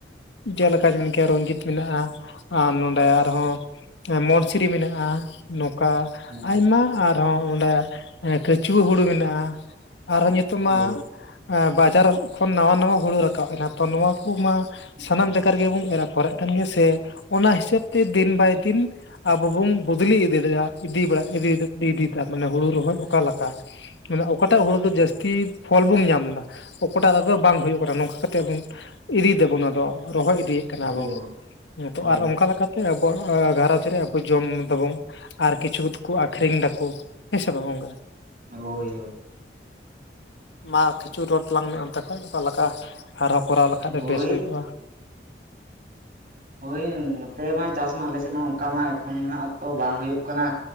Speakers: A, on the left; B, on the right.
A: ᱡᱮᱞᱮᱠᱟᱧ ᱢᱮᱱ ᱠᱮᱭᱟ ᱨᱚᱧᱡᱤᱛ ᱢᱮᱱᱟᱜᱼᱟ ᱟᱨ ᱱᱚᱰᱮ ᱟᱨᱦᱚᱸ ᱢᱚᱱᱥᱤᱨᱤ ᱢᱮᱱᱟᱜᱼᱟ᱾ ᱱᱚᱝᱠᱟ
B: ᱦᱮᱸ
A: ᱟᱭᱢᱟ ᱟᱨᱦᱚᱸ ᱱᱚᱰᱮ ᱠᱟᱹᱪᱩᱣᱟᱹ ᱦᱩᱲᱩ ᱢᱮᱱᱟᱜᱼᱟ᱾ ᱟᱨᱦᱚᱸ ᱱᱤᱛᱚᱜ ᱢᱟ
B: ᱦᱳᱭ
A: ᱵᱟᱡᱟᱨ ᱠᱷᱚᱱ ᱱᱟᱶᱟ ᱱᱟᱶᱟ ᱦᱩᱲᱩ ᱨᱟᱠᱟᱵ ᱮᱱᱟ ᱛᱚ, ᱱᱚᱣᱟ ᱠᱩ ᱢᱟ ᱥᱟᱱᱟᱢ
B: ᱦᱳᱭ
A: ᱡᱟᱜᱟ ᱨᱮᱜᱮ ᱵᱚᱱ ᱮᱨ ᱟᱯᱷᱚᱨᱮᱫ ᱠᱟᱱ ᱜᱮᱭᱟ ᱥᱮ ᱚᱱᱟ ᱦᱤᱥᱟᱹᱵᱽ ᱛᱮ ᱫᱤᱱ ᱵᱟᱭ ᱫᱤᱱ ᱟᱵᱚ ᱵᱚᱱ ᱵᱚᱫᱞᱤ ᱤᱫᱤᱫᱮᱭᱟ ᱤᱫᱤ ᱵᱟᱲᱟᱭᱮᱫ ᱤᱫᱤ ᱤᱫᱤᱭᱮᱫᱟ ᱢᱟᱱᱮ ᱦᱩᱲᱩ ᱨᱚᱦᱚᱭ ᱚᱠᱟ ᱞᱮᱠᱟ, ᱢᱟᱱᱮ ᱚᱠᱟᱴᱟᱜ ᱦᱩᱲᱩ ᱫᱚ ᱡᱟᱹᱥᱛᱤ ᱯᱷᱚᱞ ᱵᱚᱱ ᱧᱟᱢ ᱮᱫᱟ ᱚᱠᱟᱴᱟᱜ ᱨᱮᱫᱚ ᱵᱟᱝ ᱦᱩᱭᱩᱜ ᱠᱟᱱᱟ ᱱᱚᱝᱠᱟ ᱠᱟᱛᱮᱫ ᱵᱚᱱ ᱤᱫᱤᱭ ᱫᱟᱵᱚᱱ ᱟᱫᱚ ᱨᱚᱦᱚᱭ ᱤᱫᱤ ᱠᱟᱱᱟ
B: ᱦᱳᱭ
A: ᱵᱚᱱ ᱛᱚ
B: ᱦᱳᱭ
A: ᱟᱨ ᱚᱱᱠᱟ ᱞᱮᱠᱟᱛᱮ ᱟᱵᱚᱣᱟᱜ ᱜᱷᱟᱨᱚᱸᱡᱽ ᱨᱮ ᱟᱵᱚ ᱡᱚᱢ ᱫᱟᱵᱚᱱ᱾ ᱟᱨ ᱠᱤᱪᱷᱩ ᱫᱚᱠᱚ ᱟᱠᱷᱨᱤᱧ ᱫᱟᱠᱚ ᱦᱮᱸᱥᱮ ᱵᱟᱝ ᱚᱝᱠᱟ ᱾
B: ᱦᱳᱭ ᱦᱳᱭ
A: ᱢᱟ ᱠᱷᱤᱪᱩ ᱨᱚᱲ ᱛᱟᱞᱟᱝ ᱢᱮᱱ ᱚᱱᱛᱮ ᱠᱷᱚᱡ, ᱚᱠᱟ ᱞᱮᱠᱟ ᱟᱨᱦᱚᱸ ᱠᱚᱨᱟᱣ ᱞᱮᱠᱷᱟᱡ ᱫᱚ
B: ᱦᱳᱭ
A: ᱵᱮᱥ ᱦᱩᱭ ᱠᱚᱜᱼᱟ ᱾
B: ᱦᱳᱭ ᱱᱚᱛᱮ ᱢᱟ ᱪᱟᱥ ᱢᱟ ᱟᱞᱮ ᱥᱮᱫ ᱢᱟ ᱚᱱᱠᱟ ᱢᱟ ᱮᱠᱷᱚᱱ ᱦᱟᱸᱜ ᱛᱚ ᱵᱟᱝ ᱦᱳᱭᱳᱜ ᱠᱟᱱᱟ,